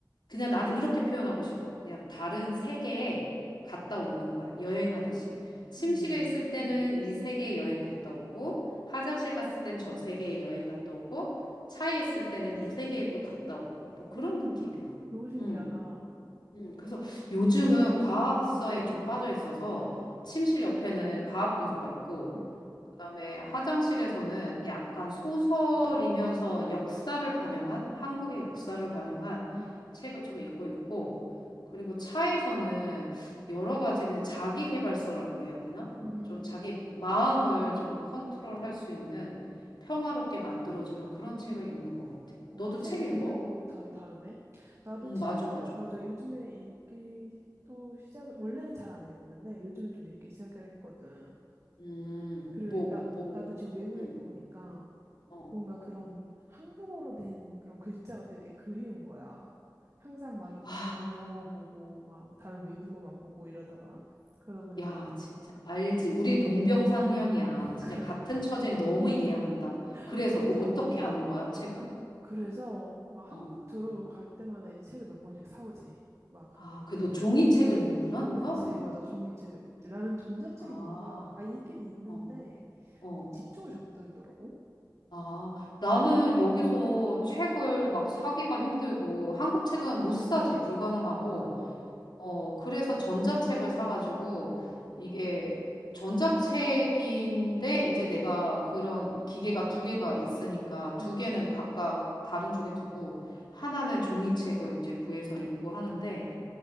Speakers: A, on the left; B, on the right.
A: 그냥 나는 이렇게 표현하고 싶어. 그냥 다른 세계에 갔다 오는 거야. 여행하듯이. 침실에
B: 음,
A: 있을 때는 이 세계에 여행 갔다 오고, 화장실 갔을 땐 저 세계에 여행 갔다 오고, 차에 있을 때는 이 세계에 또 갔다 오고, 뭐 그런
B: 음.
A: 느낌이야.
B: 너무 신기하다.
A: 음, 음. 그래서 요즘은 과학서에 좀 빠져 있어서
B: 음,
A: 침실 옆에는 과학 도서가 있고,
B: 음,
A: 그다음에 화장실에서는 약간 소설이면서 역사를 반영한 한국의 역사를 반영한
B: 음,
A: 책을 좀 읽고 있고 그리고 차에서는 여러 가지 그냥 자기 개발서라 그래야 되나?
B: 음.
A: 좀 자기 마음을 좀 컨트롤할 수 있는 평화롭게 만들어주는 그런 책을 읽는 것 같아.
B: 어,
A: 너도
B: 책
A: 책 읽어?
B: 분야도 다 다르네. 나도
A: 음,
B: 책을,
A: 맞아, 맞아.
B: 맞아. 요즘에 읽기 또 시작을, 원래는 잘 안 읽었는데, 요즘에 좀 읽기 시작을 했거든.
A: 음,
B: 그리고
A: 뭐,
B: 나,
A: 뭐,
B: 나도 지금 외국에
A: 음,
B: 있다 보니까,
A: 어.
B: 뭔가 그런 한국어로 된 그런 글자가 되게 그리운 거야. 항상 막 여-
A: 아,
B: 영어 보고 막 다른 외국어만 보고 이러다가 그러다 보니까
A: 야, 진짜 알지. 우리 동병상련이야.
B: <laughs>
A: 진짜
B: 그러니까
A: 같은 처지에 너무 이해한다.
B: <laughs>
A: 그래서
B: 맞아.
A: 뭐 어떻게 하는 거야, 책을?
B: 그래서 막 한국
A: 어.
B: 들어갈 때마다 이제 책을 몇 권씩 사오지. 막한
A: 아, 그 너 종이책을 읽는구나, 너가?
B: 그치, 맞아. 종이책을 읽지. 나는 전자책이
A: 아,
B: 뭔가, 아, 읽긴 읽는데
A: 어, 어.
B: 집중을 잘 못하겠더라고.
A: 아, 나는 여기서 책을 막 사기가 힘들고 한국
B: 응
A: 책은 못 사지, 불가능하고
B: 맞아.
A: 어, 그래서 전자책을 사가지고
B: 응
A: 이게 전자책인데 이제 내가 그런 기계가 두 개가 있으니까 두
B: 응
A: 개는 각각 다른 쪽에 두고 하나는 종이책을 이제 구해서 읽고 하는데